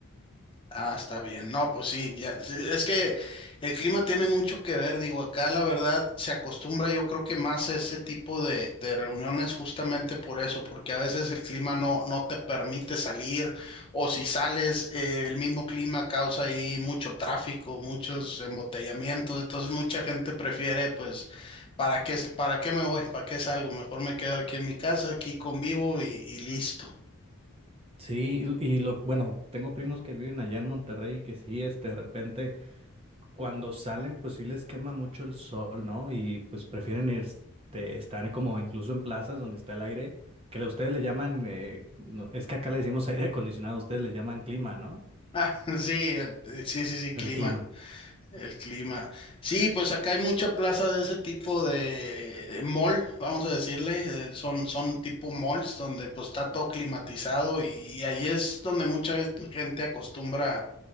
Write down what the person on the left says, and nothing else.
Ah, está bien. No, pues sí, ya, sí, es que el clima tiene mucho que ver, digo, acá la verdad se acostumbra yo creo que más a ese tipo de, de reuniones justamente por eso, porque a veces el clima no, no te permite salir o si sales, eh, el mismo clima causa ahí mucho tráfico, muchos embotellamientos, entonces mucha gente prefiere pues, ¿para qué, para qué me voy? ¿Para qué salgo? Mejor me quedo aquí en mi casa, aquí convivo y, y listo. <laughs>
Ah, sí, eh, sí, sí, sí, clima.
El clima. Sí, pues acá hay mucha plaza de ese tipo de, de mall, vamos a decirle. eh, Son, son tipo malls donde pues está todo climatizado y, y ahí es donde mucha gente acostumbra